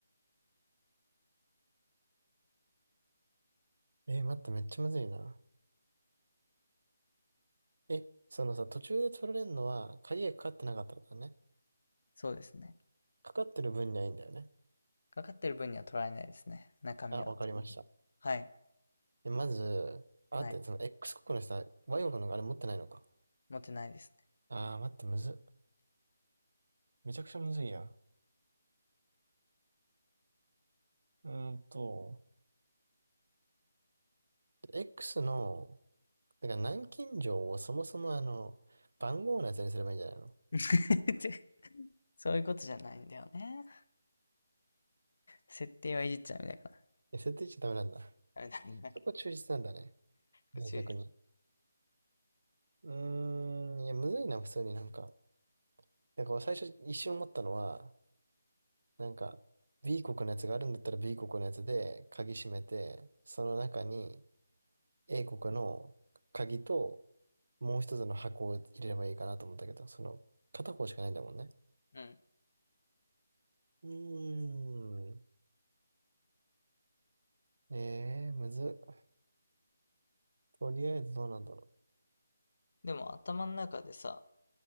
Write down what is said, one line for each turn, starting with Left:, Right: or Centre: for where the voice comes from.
Right: えー待って、めっちゃむずいな。え、そのさ、途中で取られるのは、鍵がかかってなかったんだね。
Left: そうですね。
Right: かかってる分にはいいんだよね。
Left: かかってる分には捉えないですね。中身は。
Right: あ、わかりました。
Left: はい、
Right: で、まず、あ、
Left: はい。
Right: 待って、その X 国の人は Y 国のあれ持ってないのか。
Left: 持ってないです
Right: あー、待って、むずっ。めちゃくちゃむずいやん。うーんと、X の、だから南京錠をそもそもあの、番号のやつにすればいいんじゃないの
Left: ね。<laughs> そういうことじゃないんだよね。設定はいじっちゃダメだか
Right: 設定しちゃダメなんだ。
Left: ら。ダメだダメだ
Right: そこ忠実なんだね。
Left: 途中です。
Right: 原作に。うーん、いや、むずいな、普通になんか。だから最初一瞬思ったのは、なんか、B 国のやつがあるんだったら B 国のやつで鍵閉めて、その中に A 国の鍵ともう一つの箱を入れればいいかなと思ったけど、その片方しかないんだもんね。
Left: うん。
Right: うーん。ええー、むずっ。とりあえずどうなんだろう。
Left: でも頭の中でさ、